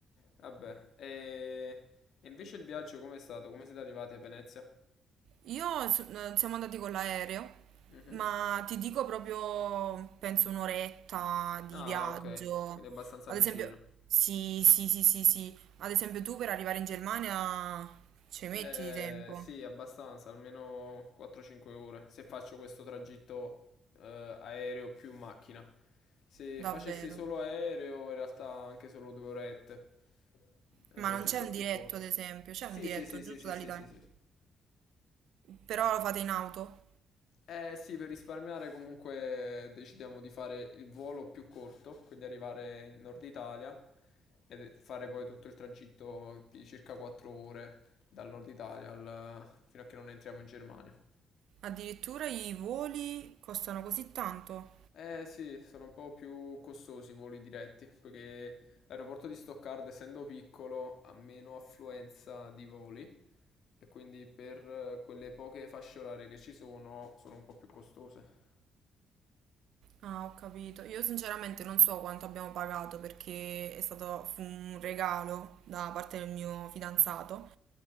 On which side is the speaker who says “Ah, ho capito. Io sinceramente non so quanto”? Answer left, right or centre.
Right